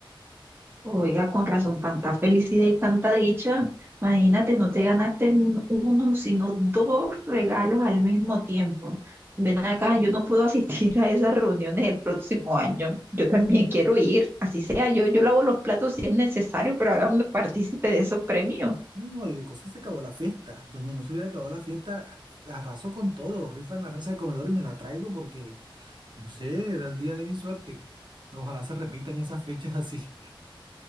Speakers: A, on the right; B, on the right.
A: Oiga,
B: <laughs>
A: con razón, tanta felicidad y tanta dicha. Imagínate, no te ganaste n- uno, sino dos regalos al mismo tiempo. Ven acá, yo no puedo <laughs> asistir a esas reuniones el próximo año. Yo también quiero ir, así sea, yo, yo lavo los platos si es necesario, pero háganme partícipe de esos premios.
B: No, no, y de cosas se acabó la fiesta. Donde no se hubiera acabado la fiesta, a- arraso con todo. Rifan la mesa de comedor y me la traigo porque, no sé, era el día de mi suerte. Ojalá se repitan esas fechas <laughs> así.